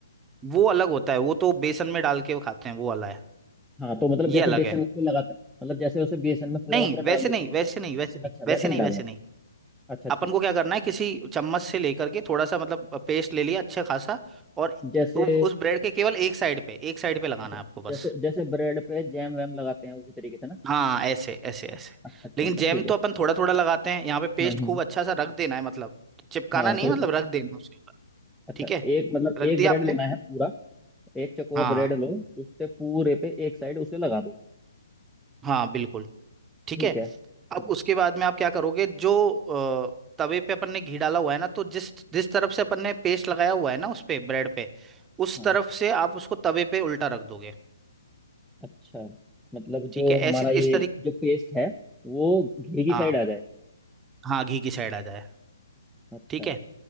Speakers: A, on the right (about 15°); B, in the centre.
A: वो अलग होता है वो तो बेसन में डाल के खाते हैं वो वाला है
B: हाँ तो मतलब
A: ये
B: जैसे
A: अलग
B: बेसन
A: है
B: उसमें लगाते हैं, मतलब जैसे उसे बेसन में पूरा
A: नहीं
B: का पूरा
A: वैसे
B: डाल देते
A: नहीं वैसे
B: हैं
A: नहीं वैसे नहीं
B: अच्छा
A: वैसे
B: वैसा नहीं
A: नहीं
B: डालना
A: वैसे नहीं
B: अच्छा अच्छा
A: अपन को क्या करना है किसी चम्मच से लेकर के थोड़ा सा मतलब पेस्ट ले लिया अच्छा खासा और
B: जैसे
A: उ- उस ब्रेड के केवल एक साइड पे एक साइड पे लगाना
B: अच्छा,
A: है आपको बस
B: जैसे जैसे ब्रेड पे जैम वैम लगाते हैं उसी तरीके से ना
A: हाँ ऐसे ऐसे ऐसे
B: अच्छा अच्छा
A: लेकिन
B: अच्छा
A: जैम
B: ठीक
A: तो
B: है
A: अपन थोड़ा थोड़ा लगाते हैं यहाँ पे पेस्ट
B: हाँ
A: खूब
B: हाँ
A: अच्छा सा रख देना है मतलब चिपकाना
B: हाँ
A: नहीं
B: कोई
A: है मतलब
B: बात-
A: रख देना उसके ऊपर
B: अच्छा
A: ठीक है
B: एक मतलब
A: रख
B: एक
A: दिया
B: ब्रेड
A: आपने
B: लेना है पूरा एक चकोर
A: हाँ
B: ब्रेड लो उस पे पूरे पे एक साइड उसे लगा दो
A: हाँ बिल्कुल ठीक
B: ठीक
A: है
B: है हम्म,
A: अब उसके बाद में आप क्या करोगे जो अ, तवे पे अपन ने घी डाला हुआ है ना तो जिस जिस तरफ से अपन ने पेस्ट लगाया हुआ है ना उस पे ब्रेड पे उस
B: हाँ
A: तरफ से आप उसको तवे पे उल्टा रख दोगे
B: अच्छा मतलब
A: ठीक
B: जो
A: है
B: हमारा
A: ऐसी
B: ये
A: इस तरीके
B: जो पेस्ट है वो घी की
A: हाँ
B: साइड आ जाए
A: हाँ घी की साइड आ जाए
B: अच्छा
A: ठीक है